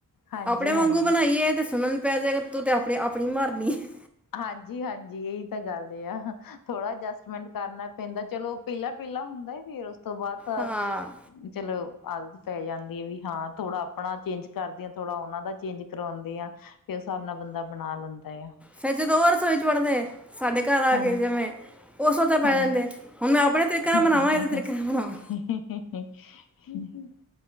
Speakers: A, on the left (about 85°); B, in the centre.
A: ਹਾਂਜੀ
B: ਆਪਣੇ ਵਾਂਗੂ
A: ਹਾਂਜੀ
B: ਬਣਾਈਏ ਤੇ ਸੁਣਨ ਨੂੰ ਪੈ ਜੇਗਾ। ਤੂੰ ਤੇ ਆਪਣੀ ਆਪਣੀ ਮਾਰਨੀ ਹੈ।
A: ਹਾਂਜੀ ਹਾਂਜੀ ਇਹੀ ਤਾਂ ਗੱਲ ਹੀ ਆ ਥੋੜਾ ਅਰਜਸਟਮੈਂਟ ਕਰਨਾ ਪੈਂਦਾ ਚਲੋ ਪਹਲਾ ਪਹਲਾ ਹੁੰਦਾ ਫੇਰ ਉਸ ਤੋਂ ਬਾਅਦ ਤਾਂ
B: ਹਾਂ
A: ਚਲੋ ਆਦਤ ਪੈ ਜਾਂਦੀ ਹੈ ਵੀ ਹਾਂ ਥੋੜਾ ਆਪਣਾ ਚੇਜ ਕਰਦੀ ਹਾਂ ਥੋੜਾ ਉਹਨਾ ਦਾ ਚੇਂਜ ਕਰਵਾਉਂਦੀਆ ਫਿਰ ਉਸ ਹਿਸਾਬ ਨਾਲ ਬੰਦਾ ਬਣਾ ਲੈਂਦਾ ਆ।
B: ਫੇਰ ਜਦੋਂ ਉਹ ਰਸੋਈ ਚ ਵੜਦੇ ਸਾਡੇ ਘਰ ਆ
A: ਹਾਂਜੀ
B: ਕੇ ਜਿਵੇਂ
A: ਹਾਂਜੀ
B: ਉਹ ਸੋਚਾਂ ਪੈ ਜਾਂਦੇ ਹੁਣ
A: <unintelligible>
B: ਮੈਂ ਆਪਣੇ ਤਰੀਕੇ ਨਾਲ ਬਣਾਵਾਂ ਇਹਦੇ ਤਰੀਕੇ
A: ਹੂੰ
B: ਨਾਲ ਬਣਾਵਾਂ
A: ਹੂੰ